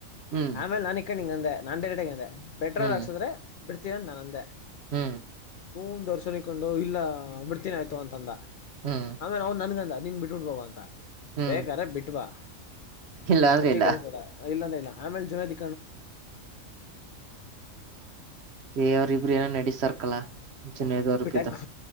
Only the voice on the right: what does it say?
ಹ್ಮ್
ಹ್ಮ್
ಹ್ಮ್
ಹ್ಮ್
ಹ್ಮ್
ಇಲ್ಲ ಅಂದ್ರೆ
ಇಲ್ಲ
ಹೇ ಅವ್ರ ಇಬ್ರು ಏನೋ ನಾಡಿಸ್ಯರಕಲಾ. <unintelligible>